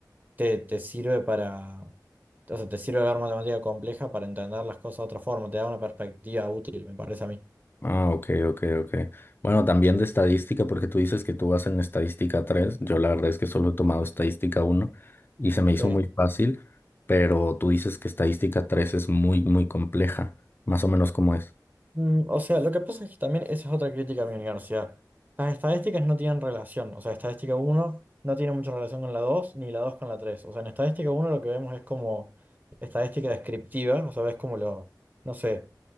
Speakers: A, on the right; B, on the left.
A: te, te sirve para, o sea, te sirve ver matemática compleja para entender las cosas de otra forma, te da una perspectiva útil, me parece a mí.
B: Ah, ok, ok, ok. Bueno, también de estadística, porque tú dices que tú vas en estadística 3. Yo la verdad es que solo he tomado estadística uno y se me
A: Sí.
B: hizo muy fácil, pero tú dices que estadística 3 es muy, muy compleja. Más o menos como es.
A: Mm, O sea, lo que pasa es que también esa es otra crítica a mi universidad. Las estadísticas no tienen relación. O sea, estadística uno no tiene mucha relación con la 2, ni la 2 con la 3. O sea, en estadística uno lo que vemos es como estadística descriptiva. O sea, ves como lo, no sé,